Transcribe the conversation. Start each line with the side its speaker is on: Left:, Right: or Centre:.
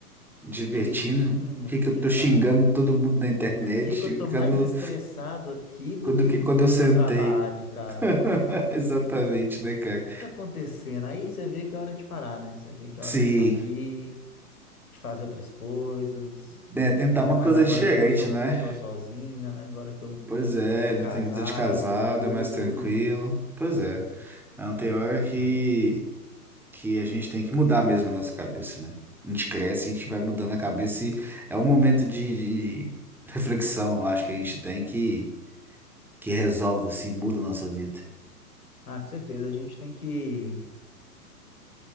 Centre: divertindo,
Left: divertindo
Centre: que
Left: aqui,
Centre: que eu tô
Left: cara?
Centre: xingando todo mundo na internet,
Left: Por que
Centre: xingando
Left: que eu tô mais estressado aqui do
Centre: quando
Left: que
Centre: que
Left: eu fico
Centre: quando eu
Left: no
Centre: sentei.
Left: meu trabalho, cara?
Centre: <laughs> Exatamente, né, cara?
Left: O que que tá acontecendo? Aí você vê que é hora de parar, né? Você vê que é
Centre: Sim,
Left: hora de sair, de fazer outras coisas.
Centre: né, tentar
Left: Ainda
Centre: uma
Left: mais
Centre: coisa
Left: agora
Centre: diferente,
Left: que eu não sou uma
Centre: né?
Left: pessoa sozinha, né? Agora que eu,
Centre: Pois é,
Left: que eu tô
Centre: ainda
Left: casado
Centre: tem vida de casada,
Left: e tudo.
Centre: mais tranquilo. Pois é. Não
Left: Agora
Centre: tem hora
Left: é complicado.
Centre: que, que a gente tem que mudar mesmo a nossa cabeça, né? A gente cresce, a gente
Left: Sim.
Centre: vai mudando a cabeça e é um momento de, de reflexão, eu acho que a gente tem que, que resolve, assim, muda a nossa vida.
Left: Ah, com certeza. A gente tem que.